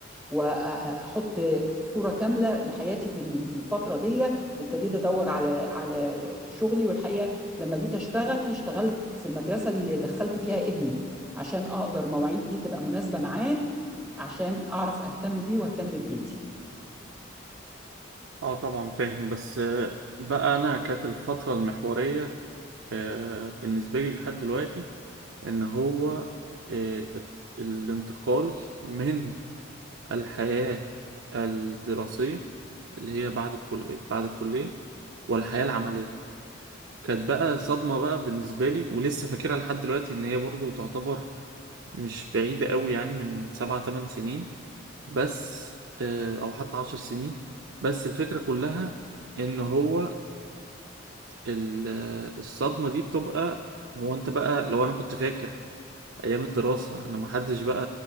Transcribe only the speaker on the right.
اه طبعا فاهم بس آه، بقى انا كانت الفترة المحورية آه، بالنسبة لي لحد دلوقتي ان هو آه، الت- الانتقال من الحياة الدراسية اللي هي بعد الكلية بعد الكلية والحياة العملية كانت بقى صدمة بقى بالنسبة لي ولسه فاكرها لحد دلوقتي ان هي برضو تعتبر مش بعيدة قوي يعني من سبعة تمن سنين بس آه، او حتى عشر سنين بس الفكرة كلها ان هو ال- الصدمة دي بتبقى هو انت بقى لو انا كنت فاكر ايام الدراسة ان محدش بقى